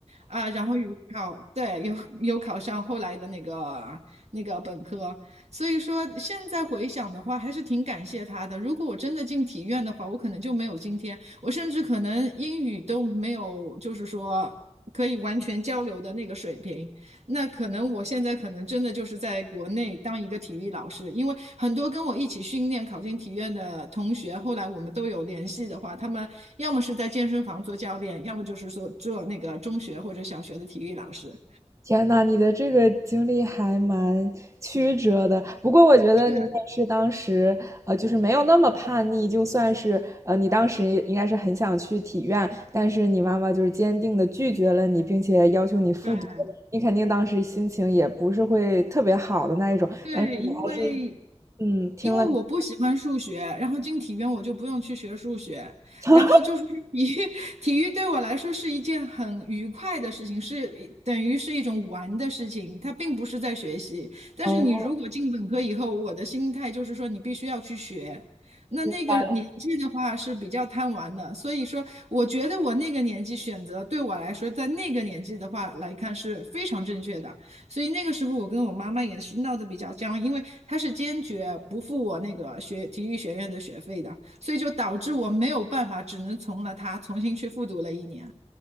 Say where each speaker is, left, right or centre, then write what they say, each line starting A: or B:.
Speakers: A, on the right; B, on the right.
A: 啊，然后有考，对，有有考上后来的那个那个本科，所以说现在回想的话，还是挺感谢他的。如果我真的进体院的话，我可能就没有今天，我甚至可能英语都没有，就是说可以完全交流的那个水平。那可能我现在可能真的就是在国内当一个体育老师，因为很多跟我一起训练考进体院的同学，后来我们都有联系的话，他们要么是在健身房做教练，要么就是说做那个中学或者小学的体育老师。
B: 天呐，你的这个经历还蛮曲折的。不过我觉得你也是当时，
A: 是，
B: 呃，就是没有那么叛逆，就算是呃，你当时应该是很想去体院，但是你妈妈就是坚定的拒绝了你，并且要求你复读。
A: 对
B: 你肯定当时心情也不是会特别好的那一种，
A: 对，
B: 但是你还是
A: 因为
B: 嗯听了。
A: 因为我不喜欢数学，然后进体院我就不用去学数学，
B: <laughs>
A: 然后就是 <laughs> 体育，<laughs> 体育对我来说是一件很愉快的事情，是一等于是一种玩的事情，它并不是在学习。但是你如果进本科以后，
B: 哦，
A: 我的心态就是说你必须要去学，那那个年纪的话是比较贪玩的，
B: 明白了。
A: 所以说我觉得我那个年纪选择对我来说，在那个年纪的话来看是非常正确的。所以那个时候我跟我妈妈也是闹得比较僵，因为她是坚决不付我那个学体育学院的学费的，所以就导致我没有办法，只能从了她重新去复读了一年。